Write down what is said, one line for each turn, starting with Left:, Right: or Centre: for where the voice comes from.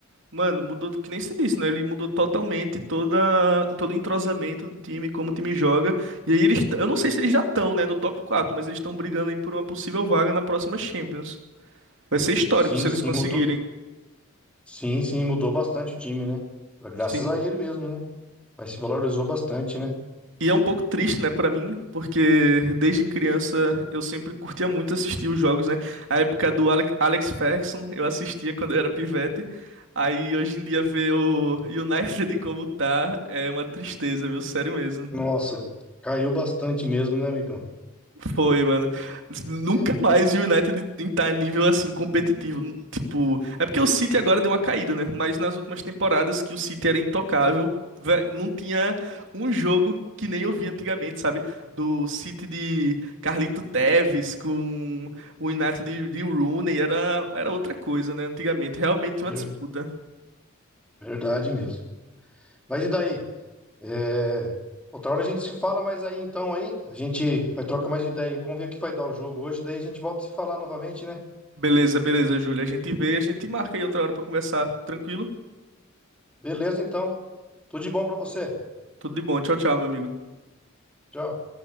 Right: mano, mudou, que nem se disse, né? Ele mudou totalmente toda, todo o entrosamento do time, como o time joga. E aí eles. Eu não sei se eles já estão, né? No top quatro mas eles estão brigando aí por uma possível vaga na próxima Champions. Vai ser histórico
Centre: Sim,
Right: se eles
Centre: sim,
Right: conseguirem.
Centre: mudou. Sim, sim, mudou bastante o time, né? Graças
Right: Sim.
Centre: a ele mesmo, né? Mas se valorizou bastante, né?
Right: E é um pouco triste, né, pra mim, porque desde criança eu sempre curtia muito assistir os jogos, né? A época do Alec- Alex Ferguson, eu assistia quando eu era pivete. Aí hoje em dia ver o United <laughs> como tá é uma tristeza, viu? Sério mesmo.
Centre: Nossa, caiu bastante mesmo, né, amigão?
Right: Foi, mano. Nunca
Centre: É.
Right: mais o United tá nível assim competitivo. Tipo, é porque o City agora deu uma caída, né? Mas nas últimas temporadas que o City era intocável, vé- não tinha um jogo que nem eu vi antigamente, sabe? Do City de Carlito Tevez com o United de, de Rooney, era, era outra coisa, né? Antigamente, realmente
Centre: Ver-
Right: uma disputa.
Centre: Verdade mesmo. Mas e daí? É, Outra hora a gente se fala mais aí então aí. A gente vai trocar mais ideia. Vamos ver o que vai dar o jogo hoje. Daí a gente volta a se falar novamente, né?
Right: Beleza, beleza, Júlia. A gente vê e a gente marca aí outra hora pra conversar. Tranquilo?
Centre: Beleza, então. Tudo de bom pra você.
Right: Tudo de bom. Tchau, tchau, meu amigo.
Centre: Tchau.